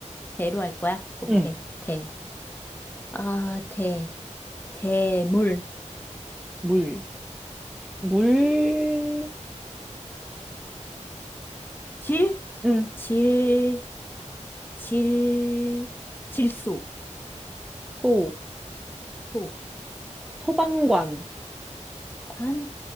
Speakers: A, on the left (about 15°); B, in the centre.
A: 대로 할 거야? 오케이.
B: 응.
A: 대. 아, 대. 대물.
B: 물, 물질.
A: 질?
B: 응.
A: 질, 질, 질소.
B: 소,
A: 소.
B: 소방관.
A: 관?